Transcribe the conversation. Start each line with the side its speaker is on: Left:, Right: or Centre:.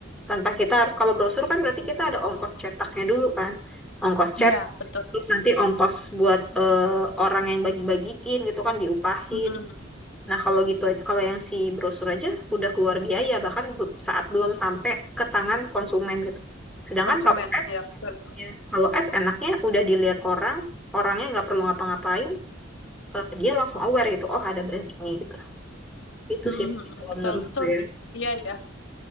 Centre: Tanpa kita harus kalau brosur kan berarti kita ada ongkos cetaknya dulu kan, ongkos
Left: ya
Centre: cetak
Left: betul.
Centre: terus nanti ongkos buat eh, orang yang bagi-bagiin gitu kan diupahin.
Left: Mhm.
Centre: Nah, kalau gitu aja- kalau yang si brosur aja udah keluar biaya bahkan bu- saat belum sampai ke tangan konsumen gitu. Sedangkan
Left: Konsumen,
Centre: kalau ads,
Left: ya betul.
Centre: ya kalau ads enaknya udah dilihat orang, orangnya nggak perlu ngapa-ngapain, eh, dia langsung aware gitu, oh ada brand ini gitu. Itu
Left: Mhm,
Centre: sih
Left: mhm.
Centre: kalau
Left: Betul,
Centre: menurut
Left: betul
Centre: saya.
Left: sih. Iya, ya